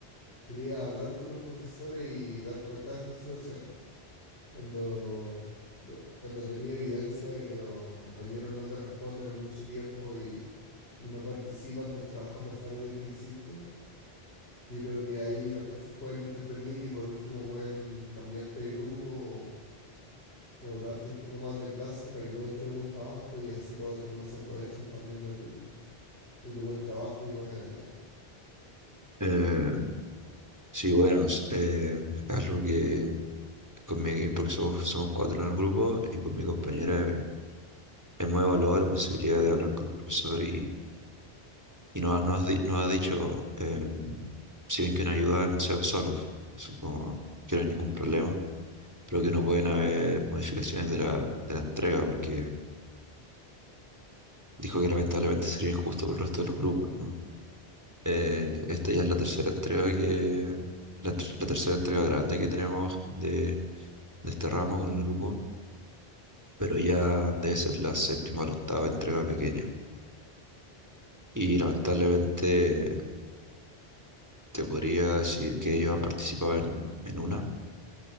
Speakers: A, on the left (about 75°); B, on the right (about 15°).
A: Sería hablar con los profesores y dar cuenta de esa situación. Cuando, lo- cuando tenía evidencia de que los compañeros no te responden en mucho tiempo y, y no participan del trabajo a pesar de que insistes, yo creo que ahí los profes pueden intervenir y por último pueden cambiarte de grupo o, o darte un poco más de plazo para que tú entregues un trabajo y así los otros no se aprovechan también de tu, de tu buen trabajo y buena calidad.
B: Eh, sí, bueno, es eh, es algo que con mi, porque somos, somos cuatro en el grupo y con mi compañera eh, hemos evaluado la posibilidad de hablar con el profesor y, y nos ha, nos ha di- nos ha dicho, eh, si ven que no ayudan, sean solos, así como que no hay ningún problema, pero que no pueden haber modificaciones de la, de la entrega, porque dijo que lamentablemente sería injusto por el resto de los grupos, ¿no? Eh, esta ya es la tercera entrega que, la, ter- la tercera entrega grande que tenemos de, de este ramo con el grupo, pero ya debe ser la séptima o la octava entrega pequeña. Y lamentablemente te podría decir que ellos han participado en, en una